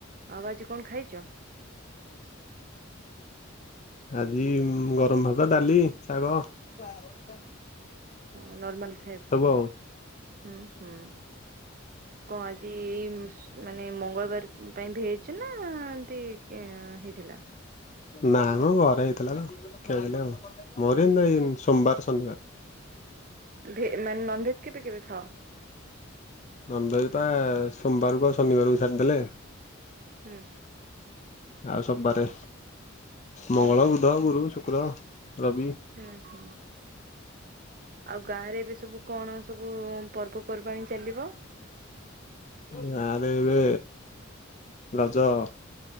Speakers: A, on the right (about 45°); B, on the left (about 35°).
A: ଆଉ ଆଜି କଣ ଖାଇଛ?
B: ଆଜି ଗରମ ଭାତ ଡାଲି ଶାଗ। ଟା <unintelligible>
A: ହଁ ନର୍ମାଲ ଖାଇବା।
B: ଆଉ।
A: ଉଁ ହୁଁ କଅ ଆଜି ମାନେ ମଳିବାର ପାଇଁ ଭଇଛି ନା ଏମତି <unintelligible> ହେଇଥିଲା?
B: ନା ମ ଘରେ ହେଇଥିଲା ନା ଖିଆହେଇଥିଲା ଆଉ। ମୋର ହିନ୍ତୀ ନାହିଁ ସୋମବାର ଶନିବାର।
A: ଭେ ମାନେ ନନ ଭେଜ କେବେ କେବେ ଖାଅ?
B: ନନଭେଜ ବା ସୋମବାରକୁ ଆଉ ଶନିବାରକୁ ଛାଡିଦେଲେ।
A: ହୁଁ।
B: ଆଉ ସବାରେ ମଙ୍ଗଳ
A: ହଁ
B: ବୁଧ ଗୁରୁ ଶୁକ୍ର। ରବି।
A: ହୁଁ ହୁଁ। ଆଉ ଗାଁ ରେ ଏବେ ସବୁ କଣ ସବୁ ପର୍ବପର୍ବାଣିୀ ଚାଲିବ?
B: ଗାଁରେ ଏବେ ରଜ।